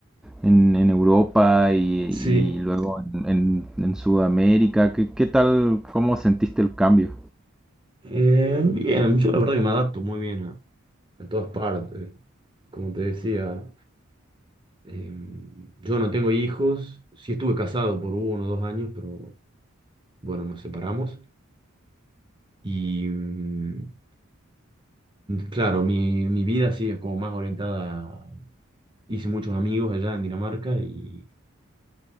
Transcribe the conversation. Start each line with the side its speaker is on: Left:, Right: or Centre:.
Centre: en, en Europa y,
Right: sí.
Centre: y luego en, en- en Sudamérica, ¿qué, qué tal, cómo sentiste el cambio?
Right: Eh, bien, yo la verdad que me adapto muy bien a, a todas partes. Como te decía, eh, yo no tengo hijos. Sí estuve casado por uno o dos años, pero bueno, nos separamos. Y mm, claro, mi, mi vida sí es como más orientada a- Hice muchos amigos allá en Dinamarca y